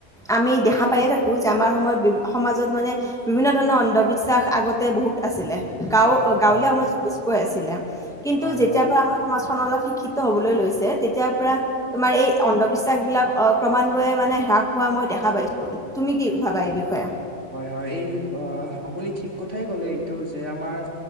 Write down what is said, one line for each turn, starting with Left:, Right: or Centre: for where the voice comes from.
Centre: আমি দেখা পায়ে থাকো যে আমাৰ সময়ত যি-সমাজত মানে- বিভিন্ন ধৰণৰ অন্ধবিশ্বাস আগতে বহুত আছিলে। গাঁও- অ', গাঁৱলীয়া
Right: হয়
Centre: সমাজত বেছিকৈ আছিলে। কিন্তু
Right: হয়
Centre: যেতিয়াৰ
Right: হয়
Centre: পৰা আমাৰ সমাজখন অলপ শিক্ষিত হ'বলৈ লৈছে- তেতিয়াৰ পৰা তোমাৰ এই অন্ধবিশ্বাসবিলাক আ' ক্ৰমান্বয়ে মানে হ্ৰাস পোৱা মই দেখা পাইছো। তুমি কি ভাবা এই বিষয়ে?
Right: হয়-হয়। এই বিষয়ে আপুনি ঠিক কথাই ক'লে, এইটো যে আমাৰ-